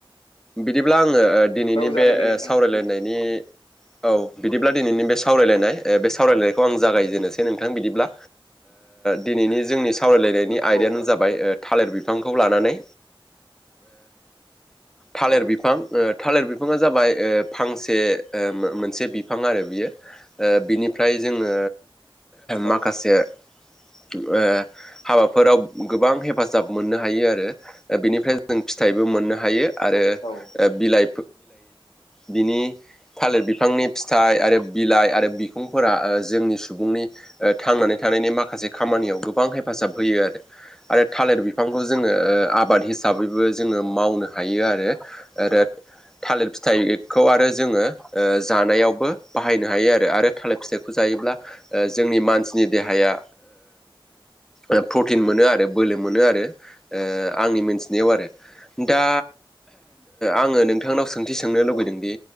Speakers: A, in the centre; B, on the left (about 80°).
A: बिदिब्ला आङो दिनैनि
B: औ जागोन
A: बे
B: दे नोंथां
A: सावरायलायनायनि
B: बुं
A: औ बिदिब्ला दिनैनि बे सावरायलायनाय बे सावरायलायनायखौ आं जागायजेनोसै नोंथां बिदिब्ला दिनैनि जोंनि सावरायलायनायनि आयदायानो
B: औ जागोन
A: जाबाय थालिर बिफ फांखौ लानानै थालिर
B: औ
A: बिफां थालिर बिफाङा जाबाय फांसे मोनसे बिफां आरो बियो बिनिफ्राय जोङो
B: औ
A: माखासे
B: औ
A: ओ हाबाफोराव गोबां हेफाजाब मोननो हायो आरो बेनिफ्राय जों फिथाइबो मोननो हायो आ
B: औ
A: बिलाइ बिनि थालिर बिफांनि फिथाइ आरो बिलाइ आरो बिखुंफोरा ओ ओ जोंनि सुबुंनि ओ थांनानै थानायनि माखासे खामानियाव गोबां हेफाजाब होयो आरो थालेर बिफां खौ जोङो आबाद हिसाबैबो जोङो मावनो हायो आरो थालिर फिथाइखौ आरो जोङो ओ जानायावबो बाहायनो हायो आरो आरो थालिर फिथाइखौ जायोब्ला जोंनि मानसिनि देहाया या ओ प्रथिनमोनो आरो बोलो मोनो आरो ओ आंनि मोन नायाव आरो दा आङो नोंथांनाव सोंथि सोंनो लुुबैदोंदि
B: औ